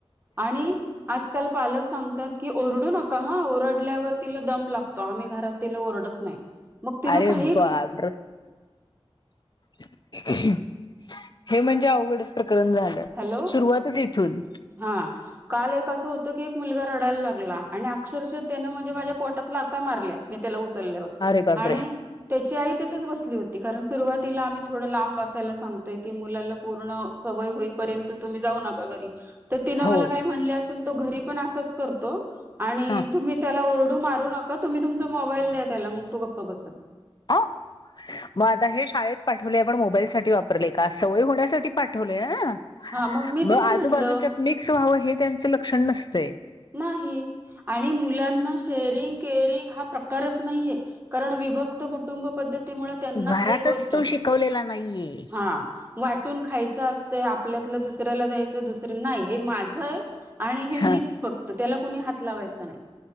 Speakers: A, on the right; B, on the left.
A: आणि आजकाल पालक सांगतात की ओरडू नका हा ओरडल्यावर तिला दम लागतो. आम्ही घरात तेला ओरडत नाही. मग तिनं
B: अरे
A: काही
B: बरर. <unintelligible> हे म्हणजे अवघडच. झा
A: हॅलो
B: सुरुवातच इथून.
A: हा काल एक असं होतं की एक मुलगा रडायला लागला आणि अक्षरशः त्या म्हणजे माझ्या पोटात. आता मारल्या मी त्याला उचलल्यावर
B: अरे बापरे
A: आणि त्याची आई तिथेच बसली होती. कारण सुरुवातीला आम्ही थोडं लांब अससायला सांगतोय की मुलाला पूर्ण सवय. पर्यंत तुम्ही जाऊ नका घरी. तर तिनं
B: हो.
A: मला काही म्हणले असेल तो घरी पण असंच करतो आणि
B: ह
A: तुम्ही त्याला ओर. मारू नका तुम्ही तुमचा मोबाईल द्या त्यालाग तो गप्प बसत.
B: अ मग आता हे शाळेत पाठवले आपण मोबाईल साठी वाप. सवय होण्या साठी पाठवल ना
A: हा मग मी
B: म
A: तेच
B: आजूजच्या
A: म्हटलं
B: मिक्स व्हावं. हे त्यांचं लक्षण नसते.
A: नाही आणि मुलाना शेरिंग केरिंग हा प्रकारच नाहीये कारण. विभक्त कुटुंब पद्धतीमुळे त्यांना
B: घरातच
A: काही गोष्ट
B: तो शिकवलेला नाहीये
A: ह. कुून खायचं असतंय आपल्यातलं दुसऱ्याला द्यायचं दुसरं नाही हे माझय. आणि हे मीच
B: हा
A: फक्त त्याला कुणी हात लावायच नाही.